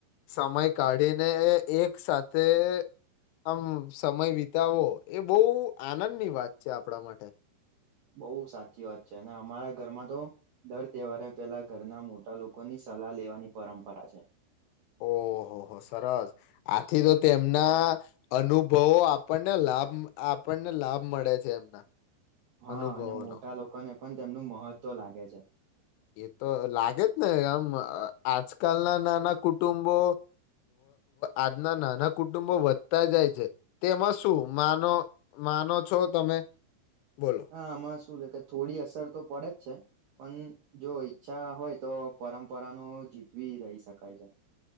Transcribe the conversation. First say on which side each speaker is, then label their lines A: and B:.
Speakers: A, on the left; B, on the right.
A: સમય કાઢીને એક સાથે આમ સમય વિતાવો એ બહુ આનંદની વાત છે આપણા માટે
B: બહુ સાચી વાત છે અને અમારા ઘરમાં તો દર તહેવારે પેલા ઘરના મોટા લોકોની સલાહ લેવાની પરંપરા છે
A: ઓહહ સરસ આથી તો તેમના અનુભવો આપણને લાભ આપણને લાભ મળે છે એમના
B: હા
A: અનુભવોનો
B: અને મોટા લોકોને પણ તેમનું મહત્વ લાગે છે
A: એ તો લાગે જ ને આમ આજકાલના નાના કુટુંબો આજના નાના કુટુંબો વધતા જાય છે તેમાં શું માનો માનો છો તમે બોલો
B: હામાં શું છે થોડી અસર તો પડે જ છે પણ જો ઈચ્છા હોય તો પરંપરા ન જીતવી રહી શકાય છે